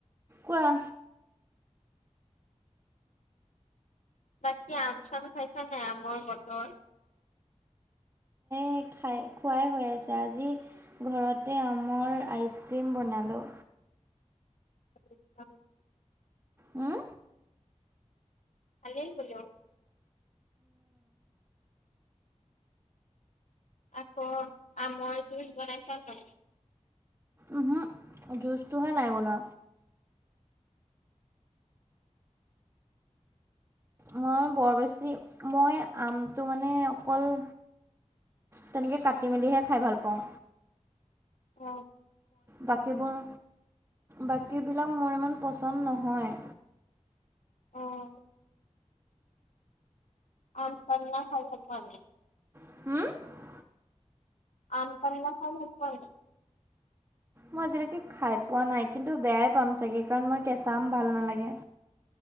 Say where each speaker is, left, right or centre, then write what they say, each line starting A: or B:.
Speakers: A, on the right; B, on the left.
A: কোৱা।
B: বাকী আম চাম খাইছা নাই? আমৰ বতৰ।
A: এ খাই খোৱাই হৈ আছে। আজি ঘৰতে আমৰ আইচক্ৰীম বনালোঁ।
B: <inaudible>
A: উম।
B: ভালেই বোলো। আকৌ আমৰ জুচ বনাইচা নাই?
A: ওহো জুচটোহে নাই বনোৱা। মই বৰ বেছি, মই আমটো মানে অকল তেনেকে কাটি মেলিহে, খাই ভাল পাওঁ।
B: হুঁ
A: বাকীবোৰ, বাকীবিলাক মোৰ ইমান পচন্দ নহয়।
B: অঁ। আম পান্না খাই ভাল পোৱা নে?
A: <unintelligible>
B: আম পান্না খাই ভাল পোৱা <unintelligible>
A: মই আজিলৈকে খাই পোৱা নাই, কিন্তু বেয়াই পাম চাগে কাৰণ মই কেঁচা আম ভাল নালাগে।